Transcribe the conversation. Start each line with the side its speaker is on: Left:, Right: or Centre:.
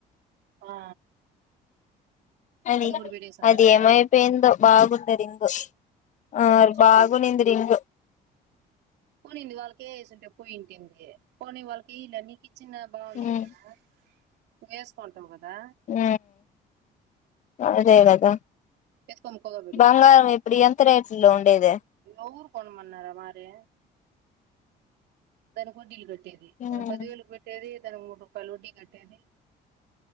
Right: ఆ
Left: అని
Right: అది కూడా పెట్టేసున్నదా
Left: అది ఏమైపేయిందో బాగుంది రింగు ఆ
Right: చూడు
Left: బాగు నింది రింగు
Right: కొనింది వాళ్ళకే వేసింటే పోయింటింది కొని వాళ్ళకే ఇలా నీకు ఇచ్చిన బావుంటది
Left: ఉమ్
Right: కదా నువేసుకుంటావు కదా
Left: ఉ అదే కదా
Right: ఎత్తుకొని పోగా
Left: బంగారం ఇప్పుడు ఎంత రేట్లో ఉండేదే
Right: ఎవురు కొనమన్నారే మరి దానికి వడ్డీలు కట్టేది
Left: హ్మ్
Right: మనం పదివేలకి పెట్టి కట్టేది దానికి మూడు రూపాయలు ఒడ్డి కట్టేది